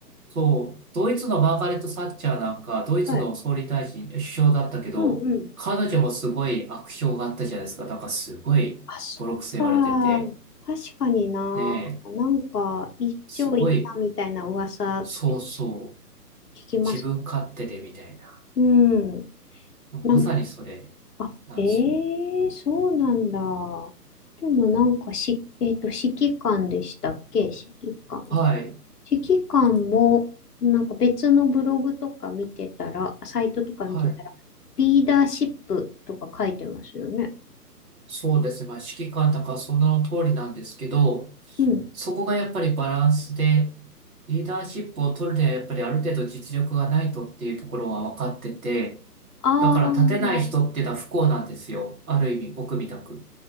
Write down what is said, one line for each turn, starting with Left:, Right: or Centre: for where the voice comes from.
Right: そう、ドイツのマーガレット・サッチャーなんか、ドイツの総理大臣、
Left: はい。
Right: 首相だったけど、
Left: うんうん。
Right: 彼女もすごい悪評があったじゃないですか。なんかすごいボロクソ言われてて。
Left: あ、そっか。確かにな。
Right: ねえ、
Left: なんか、一丁行ったみたいな噂って
Right: すごい、そうそう、
Left: 聞きます。
Right: 自分勝手でみたいな。
Left: うん。
Right: まさにそれ
Left: なんあ、
Right: なんですよね。
Left: ええそうなんだ。でもなんかし、えっと、指揮官でしたっけ指揮官。
Right: はい、
Left: 指揮官も、なんか別のブログとか見てたら、サイトとか見てたら、
Right: はい。
Left: リーダーシップとか書いてますよね。
Right: そうですね。まあ、指揮官とかその通りなんですけど、
Left: うん。
Right: そこがやっぱりバランスで、リーダーシップを取るにはやっぱりある程度実力がないとっていうところは分かってて、
Left: ああ、
Right: だから立てない人っていうのは不幸なんですよ。ある意味、僕みたく。